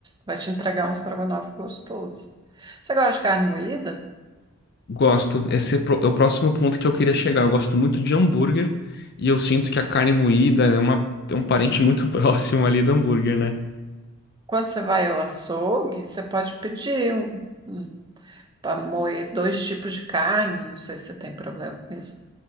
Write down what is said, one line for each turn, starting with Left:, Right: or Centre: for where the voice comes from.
Right: vai te entregar um estrogonofe gostoso. Você gosta de carne moída?
Left: Gosto. Esse é pro- é o próximo ponto que eu queria chegar. Eu gosto muito de hambúrguer e eu sinto que a carne moída é uma, é um parente muito <laughs> próximo ali do hambúrguer, né?
Right: Quando você vai ao açougue, você pode pedir um, um, para moer dois tipos de carne, não sei se você tem problema com isso.